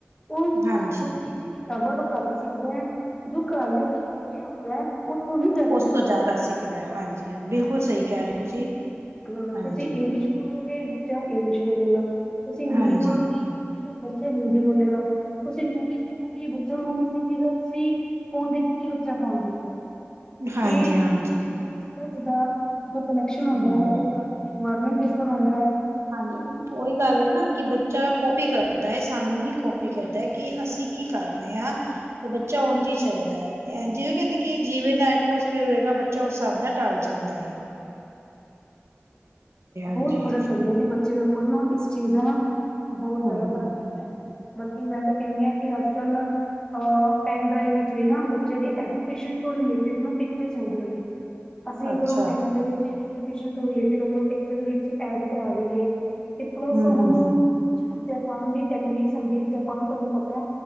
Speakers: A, on the left (about 15°); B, on the right (about 80°).
A: ਉਹ ਸਕੂਲ
B: ਹਾਂਜੀ-ਹਾਂਜੀ।
A: ਵਿੱਚ ਕਿਤਾਬਾਂ ਤੋਂ ਘੱਟ ਸਿੱਖਦਾ ਐ ਜੋ ਘਰ ਦੇ ਅੰਦਰ ਹੋ ਰਿਹਾ ਹੁੰਦਾ ਹੈ ਉਓਥੋਂ ਹੀ ਜਿਆਦਾ
B: ਉਸ
A: ਸਿਖਦਾ,
B: ਤੋਂ ਜ਼ਿਆਦਾ ਸਿੱਖਦਾ
A: ਹੰ
B: ਹਾਂਜੀ-ਹਾਂਜੀ ਬਿਲਕੁਲ
A: ਉਥੋਂ ਜਾਦਾ
B: ਸਹੀ ਕਹਿ
A: ਸਿਖਦਾ
B: ਰਹੇ ਹੋ ਤੁਸੀਂ।
A: ਹਾਂ
B: ਹਾਂਜੀ,
A: ਤੂਸੀ ਇੰਗਲਿਸ਼ ਬੋਲੋਗੇ ਬੱਚਾ ਇੰਗਲਿਸ਼ ਬੋਲੇਗਾ ਤੁਸੀਂ ਹਿੰਦੀ
B: ਹਾਂਜੀ,
A: ਬੋਲੋਗੇ
B: ਹਾਂਜੀ,
A: ਬੱਚਾ ਹਿੰਦੀ ਬੋਲੇਗਾ ਤੁਸੀਂ ਮੂਵੀਜ ਦੇਖੋਗੇ ਬੱਚਾ ਮੂਵੀਜ ਤੁਸੀ ਸੀ ਫੋਨ ਦੇਖੋਗੇ, ਬੱਚਾ ਫੋਨ ਦੇਖੇਗਾ,
B: ਹਾਂਜੀ,
A: ਇਹ
B: ਹਾਂਜੀ।
A: ਇਦਾ ਸਿੱਧਾ ਸਿੱਧਾ ਕਨੈਕਸ਼ਨ ਹੁੰਦਾ
B: ਹੂੰ-ਹੂੰ।
A: ਔਹ ਘਰ ਦੇ ਇਨਵਾਇਰਮੈਂਟ ਤੇ ਹੰਦਾ
B: ਹਾਂਜੀ ਉਹੀ ਗੱਲ ਐ ਨਾ ਕਿ ਬੱਚਾ
A: ਹਾਂਜੀ
B: ਕੋਪੀ
A: ਹਾਂਜੀ
B: ਕਰਦਾ ਹੈ ਸਾਨੂੰ ਹੀ ਕੋਪੀ ਕਰਦਾ ਹੈ ਕਿ ਅਸੀਂ
A: ਹਾਂਜੀ
B: ਕੀ
A: ਹਾਂਜੀ
B: ਕਰ ਰਿਆਂ ਤੇ ਬੱਚਾ
A: ਬਿਲਕੁਲ
B: ਉਂਜ
A: ਜੀ
B: ਈ ਚੱਲਦੈ ਤੇ ਐਂਜ ਵੀ
A: ਹਾਂਜੀ
B: <unintelligible> ਕੀ
A: ਜੀ
B: ਜਿਵੇਂ ਦਾ ਐਟਮੋਸ ਫੇਰ ਹੋਏਗਾ ਬੱਚਾ ਓਸ ਸਾਬ ਦਾ ਟਲ ਜਾਂਦਾ ਏ।
A: <inaudible>
B: ਹਾਂਜੀ।
A: ਬੋਤ ਫਰਕ ਪੈਂਦਾ ਜੀ ਬੱਚੇ ਦੇ ਉੱਪਰ ਨਾ ਇਸ ਚੀਜ਼ਾਂ ਨਾ ਬੋ ਜਾਦਾ
B: ਹੂੰ ਹੂੰ
A: ਫਰਕ
B: ਹੂੰ।
A: <unintelligible> ਬਲਕੀ ਮੈਂ ਤੇ ਕੈਨੀ ਆ ਕੀ ਅੱਜ ਕੱਲ ਅ ਪੈਨ ਡਰਾਈਵ ਵਿੱਚ ਵੀ ਨਾ ਬੱਚੇ ਦੀ ਐਜੂਕੇਸ਼ਨ ਕੋ ਰੀਲੇਟਡ ਨਾ ਪਿਕਚਰਜ਼ ਹੁੰਦੀਆਂ ਨੇ। ਅਸੀਂ ਅਗਰੋਂ
B: ਅੱਛਾ
A: ਟੈਂ ਵਿੱਚ ਐਜੂਕੇਸ਼ਨ ਤੋਂ ਰਿਲੇਟਿਡ ਅਗਰ ਓ ਪਿਕਚਰ ਵਿੱਚ ਐਡ ਕਰਾ ਦੇਵੇ ਤੇ ਪਲੱਸ
B: ਹੂੰ ਹੂੰ
A: ਹੁਣ
B: ਹੂੰ
A: ਕੁਛ ਨਾ ਜਪਾਨ ਦੀ ਟੈਕਨੀਕਸ ਆਂਦੀਆਂ ਜਪਾਨ ਤੁਹਾਨੂੰ ਪਤੈ